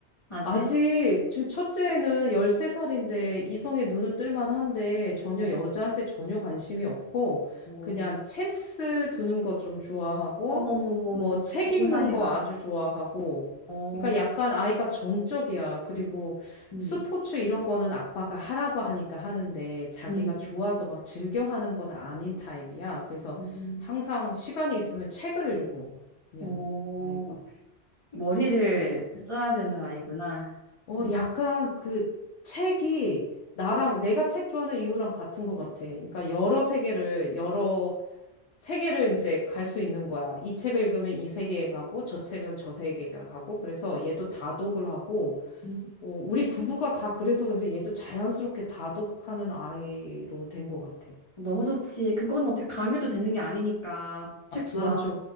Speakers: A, on the left; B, on the left.
A: 아직?
B: 아직 지금 첫째는 13살인데 이성의 눈을 뜰만 한데 전혀
A: 어,
B: 여자한테 전혀 관심이 없고
A: 어.
B: 그냥 체스 두는 거 좀 좋아하고
A: 어머머머머.
B: 뭐 책 읽는
A: 고상해라.
B: 거 아주 좋아하고
A: 어,
B: 그러니까 약간 아이가 정적이야. 그리고
A: 음,
B: 스포츠 이런 거는 아빠가 하라고 하니까 하는데 자기가
A: 음,
B: 좋아서 막 즐겨 하는 건 아닌 타입이야. 그래서
A: 음.
B: 항상 시간이 있으면 책을 읽고 그냥
A: 어,
B: 아이가.
A: 머리를 써야 되는 아이구나.
B: 어,
A: 음.
B: 약간 그 책이 나랑 내가 책 좋아하는 이유랑 같은 것 같아. 그러니까 여러 세계를 여러 세계를 이제 갈 수 있는 거야. 이 책을 읽으면 이 세계에 가고 저 책은 저 세계에 가고 그래서 얘도 다독을 하고
A: 음.
B: 어, 우리 부부가 다 그래서 이제 얘도 자연스럽게 다독하는 아이로 된 것 같아.
A: 너무 좋지. 그건 어떻게 강요도 되는 게 아니니까. 책 좋아.
B: 맞아.